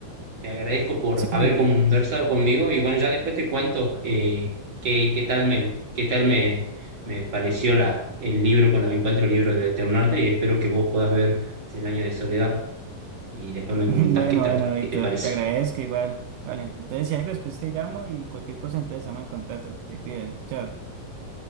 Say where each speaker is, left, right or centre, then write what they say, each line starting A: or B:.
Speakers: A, on the right; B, on the right.
A: te agradezco por
B: Sí.
A: haber conversado conmigo y bueno, ya después te cuento eh, qué, qué tal me, qué tal me, me pareció la, el libro cuando me encuentro el libro del Eternauta y espero que vos puedas ver Cien años de soledad y después
B: <laughs>
A: me
B: Bueno,
A: comentás qué tal,
B: bueno, Víctor,
A: qué te parece.
B: te agradezco igual. Vale, entonces si algo después te llamo y cualquier cosa, entonces estamos en contacto. Te cuidas. Chao.